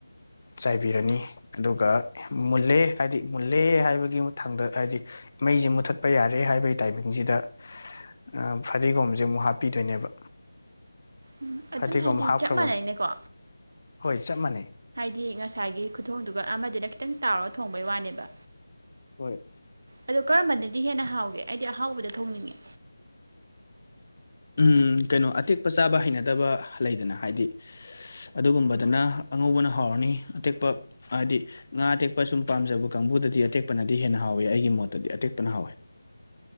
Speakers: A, on the left; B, on the right.
A: ꯆꯥꯏꯕꯤꯔꯅꯤ ꯑꯗꯨꯒ ꯃꯨꯜꯂꯦ ꯍꯥꯏꯗꯤ ꯃꯨꯜꯂꯦ ꯍꯥꯏꯕꯒꯤ ꯃꯊꯥꯡꯗ ꯍꯥꯏꯗꯤ ꯃꯩꯁꯦ ꯃꯨꯠꯊꯠꯄ ꯌꯥꯔꯦ ꯍꯥꯏꯕꯒꯤ ꯇꯥꯏꯃꯤꯡꯁꯤꯗ ꯑꯥ ꯐꯗꯤꯒꯣꯝꯖꯦ ꯑꯃꯨꯛ ꯍꯥꯞꯄꯤꯗꯣꯏꯅꯦꯕ
B: ꯎꯝ ꯑꯗꯨꯝ
A: ꯐꯗꯤꯒꯣꯝ
B: ꯍꯥꯏꯗꯤ
A: ꯍꯥꯞꯈ꯭ꯔꯕ
B: ꯆꯞ ꯃꯥꯟꯅꯩꯅꯦꯀꯣ
A: ꯍꯣꯏ ꯆꯞ ꯃꯥꯟꯅꯩ
B: ꯗꯤ ꯉꯁꯥꯏꯒꯤ ꯈꯨꯊꯣꯡꯗꯨꯒ ꯑꯃꯗꯨꯅ ꯈꯤꯇꯪ ꯇꯥꯎꯔ ꯊꯣꯡꯕꯩ ꯋꯥꯅꯦꯕꯥ
A: ꯍꯣꯏ
B: ꯑꯗꯣ ꯀꯔꯝꯕꯅꯗꯤ ꯍꯦꯟꯅ ꯍꯥꯎꯒꯦ ꯑꯩꯗꯤ ꯑꯍꯥꯎꯕꯗ ꯊꯣꯡꯅꯤꯡꯉꯦ
A: ꯎꯝ ꯀꯩꯅꯣ ꯑꯇꯦꯛꯄ ꯆꯥꯕ ꯍꯩꯅꯗꯕ ꯂꯩꯗꯅ ꯍꯥꯏꯗꯤ ꯑꯗꯨꯒꯨꯝꯕꯗꯅ ꯑꯉꯧꯕꯅ ꯍꯥꯎꯔꯅꯤ ꯑꯇꯦꯛꯄ ꯍꯥꯏꯗꯤ ꯉꯥ ꯑꯇꯦꯛꯄ ꯁꯨꯝ ꯄꯥꯝꯖꯕ ꯀꯥꯡꯕꯨꯗꯗꯤ ꯑꯇꯦꯛꯄꯅꯗꯤ ꯍꯦꯟꯅ ꯍꯥꯎ ꯍꯥꯎꯋꯦ ꯑꯩꯒꯤ ꯃꯣꯠꯇꯗꯤ ꯑꯇꯦꯛꯄꯅ ꯍꯥꯎꯋꯦ